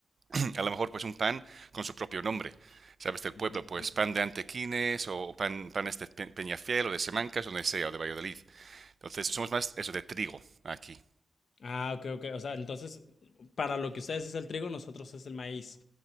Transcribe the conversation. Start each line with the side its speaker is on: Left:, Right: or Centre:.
Right: <clears throat> a lo mejor pues un pan con su propio nombre. ¿Sabes? Del pueblo,
Left: Ujú,
Right: pues
Left: sí,
Right: pan
Left: sí.
Right: de Antequines o pan, panes de Pe- Peñafiel o de Semancas, o donde sea, o de Valladolid. Entonces, somos más eso de trigo aquí.
Left: Ah, ok, ok. O sea, entonces, para lo que ustedes es el trigo, nosotros es el maíz.